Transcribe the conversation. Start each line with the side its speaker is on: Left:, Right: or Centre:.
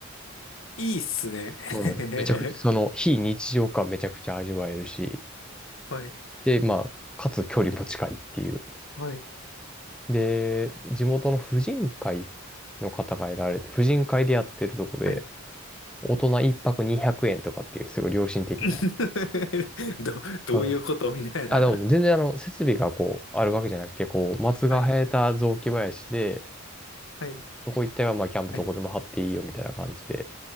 Left: いいっすね。
Centre: もうめちゃくちゃ、
Left: <laughs>
Centre: その非日常感めちゃくちゃ味わえるし、
Left: はい。
Centre: で、まあ、かつ距離も近いっていう。
Left: はい。
Centre: で、地元の婦人会の方がいられて、婦人会でやってるとこで、
Left: はい。
Centre: 大人一泊200円とかっていう、すごい良心的な。
Left: <laughs> ど、どういうことみたいな。
Centre: うん。あ、でも全然あの、設備がこう、あるわけじゃなくて、こう、松が生えた雑木林で、
Left: はい。はい。
Centre: そこ一帯はまあ、キャンプどこでも張っていいよみたいな感じで。
Left: はい。